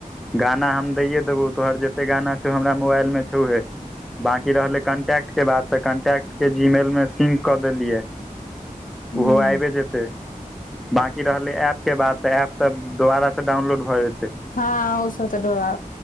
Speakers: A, in the centre; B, on the left.
A: गाना हम दैए देबौ तोहर जते गाना छौ हमरा मोबाइलमे छौहे की रहलै कॉन्टैक्टके बात तऽ कन्टैक्टके जीमेलमे सिंक कऽ देलियै।
B: हूँ
A: ओहो! आइबे जे -तै बाकी रहलै ऐप के बात तऽ ऐप तऽ, दुबारा से डाउनलोड भऽ जेतै।
B: हँ औ सब तऽ डोरा